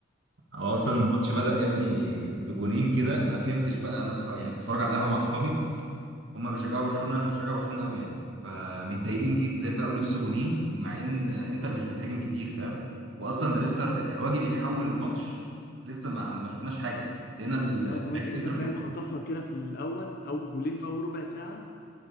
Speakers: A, on the right (about 75°); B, on the left (about 55°).
A: هو اصلا
B: و...
A: الماتش بدأ يا ابني بجونين كده ما فهمتش بقى انا الصراحة- يعني كنت بتفرج على القهوة مع اصحابي هما بيشجعوا برشلونة انا مش بشجع برشلونة قوي يعني فمتضايقين
B: مم.
A: جدا بقى ولبسوا جونين مع ان انتر مش بتهاجم كتير فاهم واصلا ده لسه القهواجي بيحول الماتش لسه ما ما شفناش حاجة لقينا ال-
B: لا
A: <laughs> لعيبة
B: وكمان انتر
A: الانتر
B: فاهم
A: بتهاجم
B: خطفها كده في الاول او جولين في اول ربع ساعة